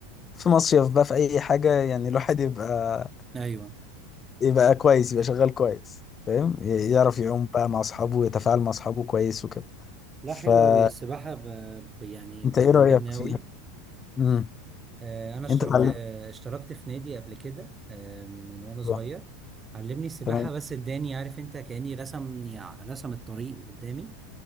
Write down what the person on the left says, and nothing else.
في مصيف بقى في اي حاجه يعني الواحد يبقى
يبقى كويس يبقى شغال كويس فاهم ي- يعرف يعوم بقى مع اصحابه ويتفاعل مع اصحابه كويس وكده
فانت
ايه رايك فيها
امم
انت اتعلمت
لا بقى.
تمام